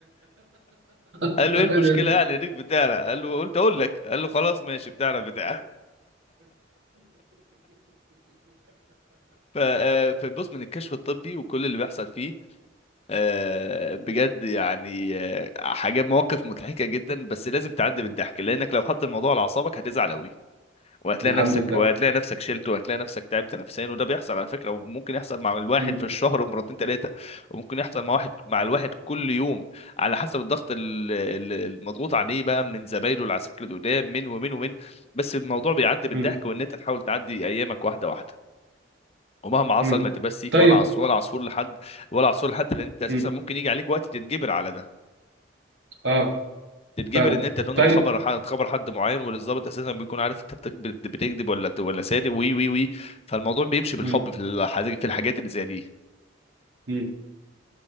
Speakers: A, on the right (about 65°); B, on the left (about 30°).
A: ده-
B: قال له ايه المشكله يعني ريك بتعرق قال له قلت اقول لك قال له خلاص ماشي بتعرق بتعرق ف- آه، فبص من الكشف الطبي وكل اللي بيحصل فيه آه، بجد يعني آه، حاجات مواقف مضحكة جدا بس لازم تعدي بالضحك لأنك لو خدت الموضوع على أعصابك هتزعل أوي وهتلاقي
A: الحمد
B: نفسك
A: لله
B: وهتلاقي نفسك شلت وهتلاقي نفسك تعبت نفسيا وده بيحصل على فكرة وممكن يحصل مع الواحد
A: مم.
B: في الشهر ومرتين تلاتة وممكن يحصل مع واحد مع الواحد كل يوم على حسب الضغط ال- ال- المضغوط عليه بقى من زمايله العساكر القدام من ومن ومن بس الموضوع بيعدي بالضحك
A: مم.
B: وإن أنت تحاول تعدي أيامك واحدة واحدة ومهما حصل
A: مم.
B: ما تبقاش سيكه
A: طيب
B: ولا عصفور ولا عصفور لحد ولا عصفور لحد لان انت اساسا
A: مم.
B: ممكن يجي عليك وقت تتجبر على ده
A: اه
B: تتجبر
A: فاهم
B: ان انت تنقل
A: طيب
B: خبر حد خبر حد معين والضابط اساسا بيكون عارف انت بتكذب بتكذب ولا ولا صادق وي وي وي فالموضوع بيمشي بالحب
A: مم.
B: في الحاجات في الحاجات اللي زي دي
A: مم.